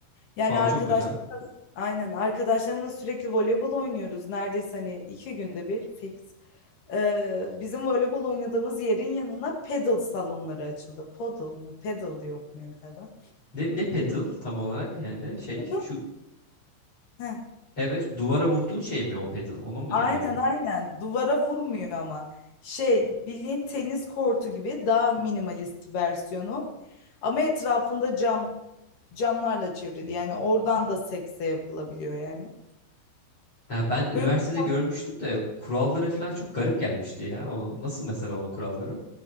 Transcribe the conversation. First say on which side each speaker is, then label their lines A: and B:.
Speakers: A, on the left; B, on the left.
A: Yani
B: Aa
A: arkadaş
B: çok güzel.
A: aynen arkadaşlarımla sürekli voleybol oynuyoruz. Neredeyse hani iki günde bir fix. Ee, bizim voleybol oynadığımız yerin yanına pedal salonları açıldı. Podal mı? Pedal diye okunuyor galiba.
B: Ne, ne pedal tam olarak yani şey
A: Pedal?
B: şu
A: Heh.
B: evet duvara vurduğun şey mi o pedal? Onu mu
A: Aynen
B: deniyordu?
A: aynen. Duvara vurmuyor ama. Şey bildiğin tenis kortu gibi daha minimalist versiyonu. Ama etrafında cam camlarla çevrili. Yani oradan da sekse yapılabiliyor yani.
B: Ya ben üniversitede
A: Böyle
B: görmüştüm
A: bir
B: de kuralları falan çok garip gelmişti ya. O, nasıl mesela onun kuralları?